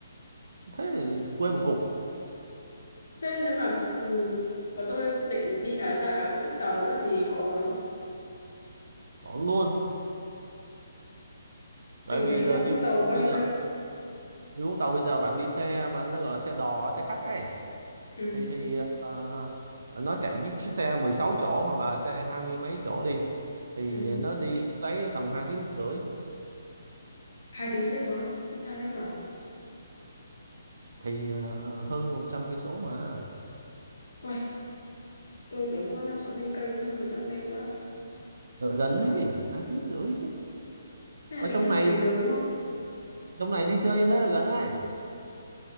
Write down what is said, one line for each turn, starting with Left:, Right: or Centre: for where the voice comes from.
Right: thế thì quê một cục
Left: thế nếu mà ừ, mà tôi định đi cả ra cả Vũng Tàu nữa thì có ổn không
Right: đón luôn tại
Left: từ
Right: vì
Left: đấy
Right: giờ
Left: ra Vũng
Right: đi
Left: Tàu bao
Right: bây
Left: nhiêu
Right: giờ
Left: cây
Right: đi Vũng Tàu bây giờ bạn đi xe bạn nó gọi là xe đò xe khách ấy
Left: ừ
Right: thì thì ờ, nó chạy chiếc xe 16 chỗ hoặc là xe hai mươi mấy chỗ đi thì
Left: ừ
Right: nó đi xuống đấy tầm hai tiếng rưỡi
Left: hai tiếng rưỡi quá không xa đấy cơ à?
Right: thì ờ, hơn 100 cây số mà
Left: Uầy, tôi tưởng có năm sáu mươi cây hơn một trăm cây quá
Right: Là gần đấy hai tiếng rưỡi
Left: thế
Right: ở
Left: là đi
Right: trong
Left: trong
Right: này
Left: ngày được đúng không
Right: trong này đi chơi như thế là gần đấy